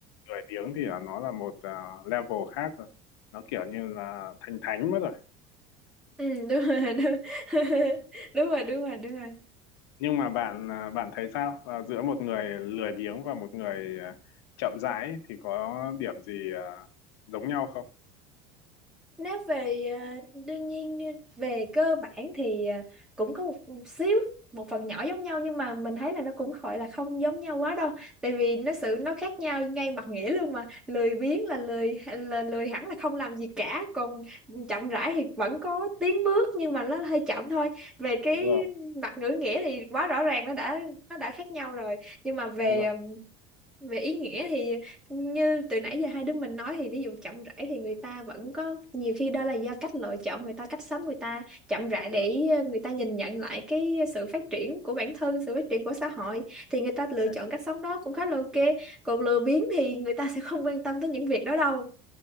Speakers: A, on the left (about 85°); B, in the centre.
A: lười biếng thì là nó là một à, level khác rồi nó kiểu như là thành thánh mất rồi
B: Ừ, đúng rồi đúng, <laughs> đúng rồi đúng rồi đúng rồi
A: nhưng mà bạn à, bạn thấy sao Ờ, giữa một người lười biếng và một người à, chậm rãi thì có điểm gì à, giống nhau không
B: Nếu về à, đương nhiên ờ, về cơ bản thì à, cũng có một xíu một phần nhỏ giống nhau nhưng mà mình thấy là nó cũng gọi là không giống nhau quá đâu tại vì nó sự nó khác nhau ngay mặt nghĩa luôn mà lười biếng là lười là lười hẳn là không làm gì cả còn chậm rãi thì vẫn có tiến bước nhưng mà nó hơi chậm thôi về cái
A: đúng rồi
B: mặt ngữ nghĩa thì quá rõ ràng nó đã nó đã khác nhau rồi nhưng mà về
A: đúng rồi
B: ờ, về ý nghĩa thì như từ nãy giờ hai đứa mình nói thì ví dụ chậm rãi thì người ta vẫn có nhiều khi đó là do cách lựa chọn người ta cách sống người ta chậm rãi
A: rồi
B: để ờ, người ta nhìn nhận lại cái sự phát
A: ừ.
B: triển của bản thân sự phát triển của xã hội thì người ta lựa
A: Ừ.
B: chọn cách sống đó cũng khá là ok còn lười biếng thì người ta <laughs> sẽ không quan tâm tới những việc đó đâu